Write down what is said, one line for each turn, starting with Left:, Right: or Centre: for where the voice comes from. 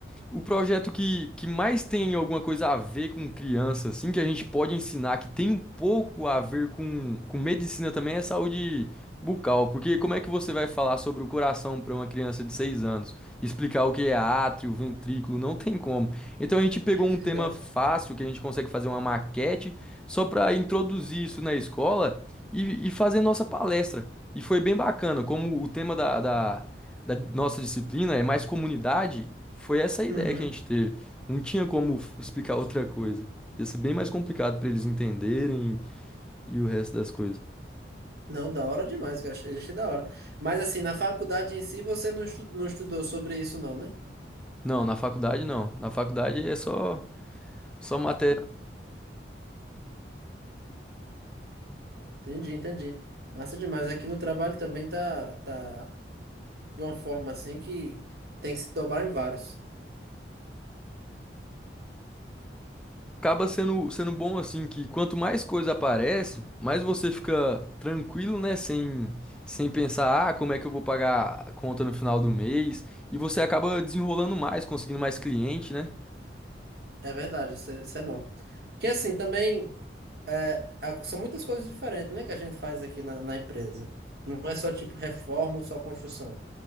Centre: O projeto que, que mais tem alguma coisa a ver com criança, assim, que a gente pode ensinar, que tem um pouco a ver com, com medicina também, é saúde bucal. Porque como é que você vai falar sobre o coração para uma criança de 6 anos? Explicar o que é átrio, ventrículo, não tem como. Então a gente pegou
Right: <laughs>
Centre: um tema
Right: verdade.
Centre: fácil, que a gente consegue fazer uma maquete, só para introduzir isso na escola e, e fazer nossa palestra. E foi bem bacana, como o tema da, da da nossa disciplina é mais comunidade, foi essa a ideia
Right: Uhum.
Centre: que a gente teve. Não tinha como f- explicar outra coisa. Ia ser bem mais complicado para eles entenderem e o resto das coisas.
Right: Não, da hora demais, eu achei, achei da hora. Mas assim, na faculdade em si, você não estu- não estudou sobre isso não, né?
Centre: Não, na faculdade não. Na faculdade é só só matéria.
Right: Entendi, entendi. Massa demais. Aqui no trabalho também tá, tá de uma forma assim que tem que se tomar em vários.
Centre: Acaba sendo sendo bom assim que quanto mais coisa aparece, mais você fica tranquilo, né, sem sem pensar, ah, como é que eu vou pagar a conta no final do mês? E você acaba desenrolando mais, conseguindo mais cliente, né?
Right: É verdade, isso é isso é bom. Porque assim, também... é, a- são muitas coisas diferentes, né, que a gente faz aqui na, na empresa. Não é só tipo reforma ou só construção.